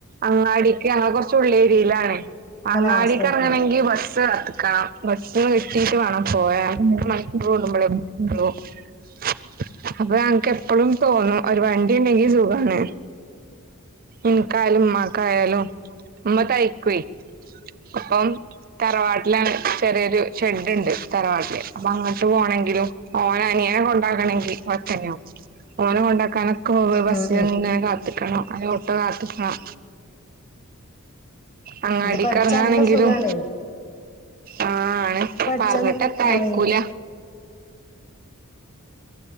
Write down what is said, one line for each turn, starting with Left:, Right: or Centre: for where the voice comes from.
Right: അങ്ങാടിക്ക് ഞങ്ങളെകുറച്ചു ഉള്ളേരിലാണ്
Left: അങ്ങനെ
Right: അങ്ങാടിക്കെറ്ങ്ങണങ്കി
Left: ആശ്രയിക്കണ്ട
Right: ബസ്സ് കാത്ത്‌ക്കണം ബസ്സിന് കെട്ടി- വാണം പോയാ <unintelligible> അപ്പ ഞങ്ങ്ക്ക് എപ്പളും തോന്നും ഒരു വണ്ടിണ്ടെങ്കി സുഖാണ് ഇൻക്കായാലും ഉമ്മാകായാലും ഉമ്മ തയ്ക്കുവെ അപ്പം തറവാട്ടിലാണ് ചെറിയൊരു ഷെഡ്ണ്ട് തറവാട്ടില് അപ്പ അങ്ങ- പോണെങ്കിലും ഓന് അനിയനെ കൊണ്ടാക്കണെങ്കിൽ <unintelligible> ഓനെ കൊണ്ടാക്കാന മുന്പേ ബസ്നെന്നെ
Left: ഉം ഉം
Right: കാത്ത്‌ക്കണം അല്ലേ ഓട്ടോ കാത്ത്‌ക്കണം അങ്ങാടി
Left: ഇത് പഠിച്ചാ
Right: കറങ്ങുവാനെങ്കിലും
Left: നല്ല സുഖാണേ
Right: ആ-
Left: പഠിച്ചാ
Right: പറഞ്ഞിട്ടത്താ
Left: നല്ല സുഖാണ്
Right: അയ്ക്കൂല